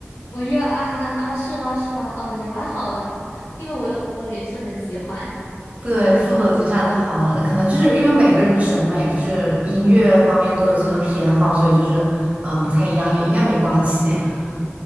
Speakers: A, on the left (about 85°); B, on the right (about 30°).
A: 我觉得啊啊，啊是吗？是吗？哦，也蛮好的，因为我有朋友也是很喜欢。
B: 对，复合几下就好了。可能就是因为每个人的审美，就是音乐方面都有自己的偏好，所以就是嗯、呃不太一样，也应该没关系。<laughs>